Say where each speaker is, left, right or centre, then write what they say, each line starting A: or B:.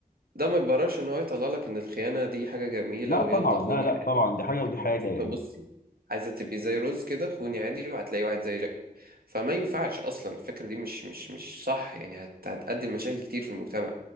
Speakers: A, on the right; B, on the left.
A: ده ما يبررش ان هو يطلع لك ان الخيانه دي حاجه جميله
B: لا
A: ويلا
B: طبعا
A: خوني
B: لا لا
A: عادي
B: طبعا
A: وانت
B: دي حاجة
A: هتبقي
B: ودي حاجة
A: مبسوطه
B: يعني
A: بصي عايزه تبقي زي روز كده خوني عادي وهتلاقي واحد زي جاك فما ينفعش اصلا الفكره دي مش مش مش صح يعني هت- هتؤدي لمشاكل كتير في المجتمع